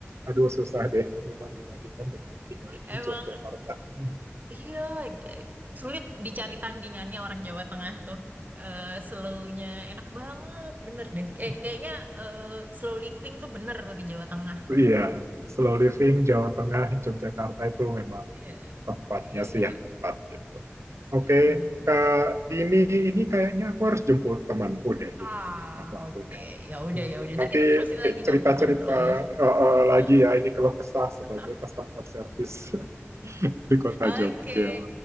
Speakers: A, on the right; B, on the right.
A: aduh susah deh memang dibandingkan dengan tinggal di
B: emang
A: Yogyakarta. Iya,
B: iya eh, sulit dicari tandingannya orang Jawa Tengah tuh. Eh slow-nya enak banget, bener deh. Kayak
A: <laughs>
B: kayaknya eh, slow living tuh bener tuh di Jawa Tengah tuh.
A: yeah, slow living Jawa Tengah, Yogyakarta itu memang
B: Iya,
A: tempatnya
B: iya,
A: sih
B: iya.
A: yang tepat gitu.
B: Asli
A: Oke,
B: banget.
A: Kak Dini ini kayaknya aku harus jemput temanku deh
B: Ah,
A: ini udah waktunya.
B: oke. Ya udah,
A: Hmm,
B: ya udah. Ntar
A: Nanti
B: kita terusin
A: cerita-cerita
B: lagi ngobrol-ngobrolnya.
A: uh, uh, lagi
B: Eh.
A: ya ini kalau kesah sebagai
B: <laughs>
A: customer service <laughs> di kota
B: Oke,
A: Jogja.